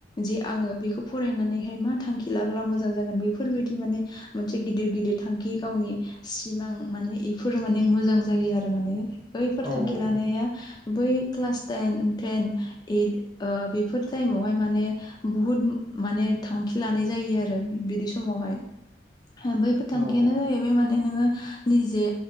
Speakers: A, on the left; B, on the right.
A: जे आङो बेखौ फरायनानैहाय मा थांखि लाबोब्ला मोजां जागोन बेफ फोरबायदि माने मोनसे गिदिर गिदिर थांखि गावनि सिमां माने इफोर माने मोजां जायो आरो माने बैफोर
B: औ
A: थांखि लानाया
B: औ
A: बै class time ten eight before टाइमावहाय माने बुहुद माने थांखि लानाय जायो आरो बिदि समावहाय बैफोर
B: औ
A: थांखियानो जाहैबाय माने नोङो निजे